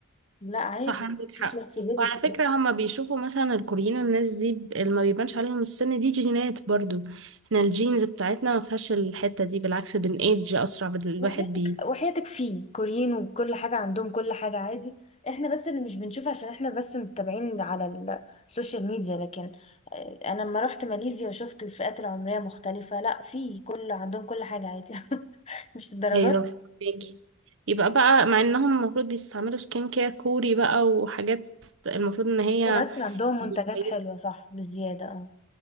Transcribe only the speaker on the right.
صح عندك
حق
وعلى فكرة هما بيشوفوا مثلا الكوريين والناس دي ب- اللي ما بيبانش عليهم السن دي جينات برضو احنا الجينز بتاعتنا ما فيهاش الحتة دي بالعكس بنأيدج أسرع بال- الواحد
بي
ايوه فاكي يبقى بقى مع انهم المفروض بيستعملوا سكين كير كوري بقى وحاجات المفروض ان هي
هي كويسة